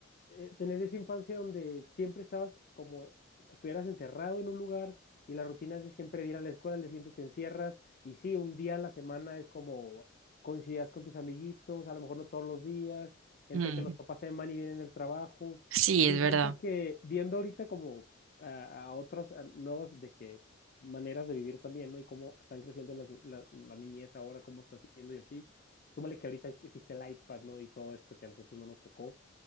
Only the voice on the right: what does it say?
Mm,
sí,
es
verdad.